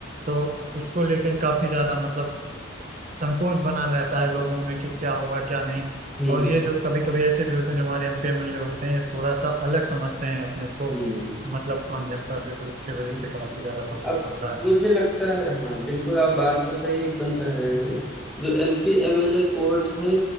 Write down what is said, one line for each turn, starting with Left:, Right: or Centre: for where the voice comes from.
Right: तो उसको लेके काफी ज्यादा मतलब संकोच बना रहता है लोगों में कि क्या होगा क्या नहीं
Centre: हम्म
Right: और ये जो कभी कभी ऐसे भी होते हैं जो हमारे एमपी एमएलए होते हैं ये थोड़ा सा अलग समझते हैं अपने को
Centre: हम्म
Right: मतलब आम जनता से तो उसके वजह
Centre: हम्म।
Right: से काफी ज्यादा प्रभाव
Centre: अब
Right: पड़ता है
Centre: मुझे लगता है हाँ बिल्कुल आप बात तो सही एकदम कह रहे हैं जो एमपी एमएलए कोर्ट हैं